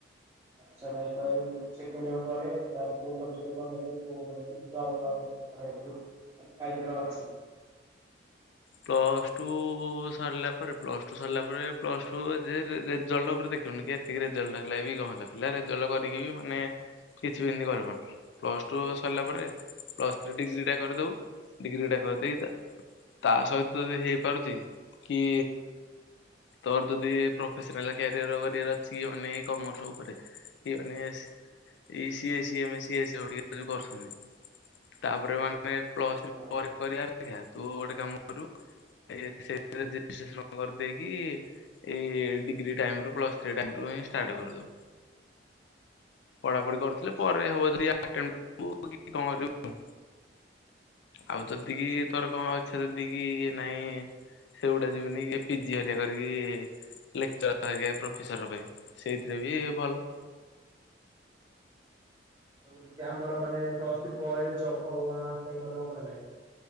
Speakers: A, on the right; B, on the left.
A: ଆଚ୍ଛା ଭାଇ ପାରୁ। ସେକଣ୍ଡ ୟିଅର୍ ପରେ ତାପରେ କୋଉ ସବଜେକ୍ଟ କଣ ନେଲେ <unintelligible> କାହିଁକି ନାଁ ପାଇକାଡ ଅଛି କି?
B: ପ୍ଲସ ଟୁ ସରିଲା ପରେ ପ୍ଲସ୍ ଟୁ ସରିଲା ପରେ। ପ୍ଲସ୍ ଟୁ ଯେ ରେଜଲ୍ଟ ଉପରେ ଦେଖିବନି କେ ଏତିକି ରେଜଲ୍ଟ ହେଲା କି କଣ ହେଲା। ପିଲା ରେଜଲ୍ଟ କରିକି ବି ମାନେ କିଛି ବି ଏମିତି କରିପାରୁ ପ୍ଲସ୍ ଟୁ ସରିଲା ପରେ ପ୍ଲସ୍ ଥ୍ରୀ ଡିଗ୍ରୀଟା କରିଦେବୁ। ଡିଗ୍ରୀଟା କରିଦେଇ ତା ତା ସହିତ ଯଦି ହେଇପାରୁଚି କି ତୋର ଯଦି ପ୍ରଫେସନାଲ କ୍ୟାରିୟର କରିବାର ଅଛି ମାନେ ଏଇ କମର୍ସ ଉପରେ କିଏ ମାନେ ସି ଏଇ ସିଏ ସିଏ ଆମେ ସିଏ ଓଡିଆ ଯୋଉ କରୁଛନ୍ତି। ତାପରେ ମାନେ ପ୍ଲସ ଥ୍ରି
A: ହଁ
B: ପରେ କରିବା ଅପେକ୍ଷା ତୁ ଗୋଟେ କାମ କରିବୁ ଏ ସେଥିରେ ରେଜିଷ୍ଟ୍ରେସନ କରିଦେଇକି ଏଇ ଡିଗ୍ରୀ ଟାଇମ୍ ରୁ ପ୍ଲସ୍ ଥ୍ରୀ ଟାଇମ୍ ରୁ ହିଁ ଷ୍ଟାର୍ଟ କରିଦବୁ।
A: <inaudible>
B: ପଢାପଢି
A: ଠିକ୍
B: କରୁଥିଲେ
A: ଅଛି।
B: ପରେ ହବ ଦୁରିଆ ଅଟେନ୍ କରିବୁ କି କଣ କରିବୁ ଆଉ ଯଦି କି ତୋର କଣ ଅ ସେ ଦି କି ନାଇଁ ସେଗୁଡା ଯିବନି କି ପିଜି ହରିଆ କରିକି ଲେକ୍ ଚର୍ ହେବି ପ୍ରଫେସର ପାଇଁ ସେଇଥିରେ ବି ଭଲ।
A: କହିଲି କି ଆମର ମାନେ ପ୍ଲସ ଥ୍ରି ପରେ ଜବ ଫବ କଣ ଆପ୍ଲାଇ କଲେ ହବ ନାଇଁ?